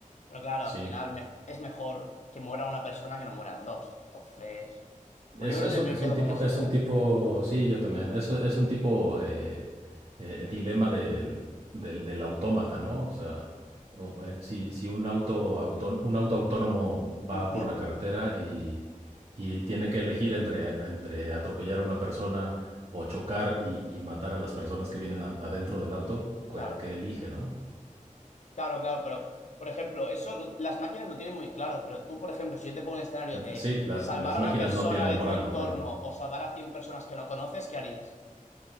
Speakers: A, on the left (about 55°); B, on the right (about 45°).
A: pero claro,
B: sí.
A: al final me- es mejor que muera una persona que no mueran dos. Entonces, pues
B: Es,
A: yo creo
B: es,
A: que
B: un
A: me
B: es
A: quedo
B: un tipo,
A: con eso,
B: es un
A: ¿eh?
B: tipo, sí, yo también. Es, un- es un tipo, eh, eh, el dilema del, del, del autómata, ¿no? O sea, o, eh, si, si un auto, auto, un auto autónomo va
A: Ujú,
B: por la carretera y, y tiene que elegir entre, entre atropellar a una persona o chocar y, y matar a las personas que vienen a- adentro del auto,
A: claro.
B: ¿qué, qué elige, no?
A: Claro, claro, pero por ejemplo, eso lo- las máquinas lo tienen muy claro, pero tú, por ejemplo, si yo te pongo un escenario de
B: Sí, la-
A: salvar
B: las
A: a
B: máquinas
A: una persona
B: no tienen
A: de
B: moral,
A: tu entorno
B: claro.
A: o salvar a 100 personas que no conoces, ¿qué harías?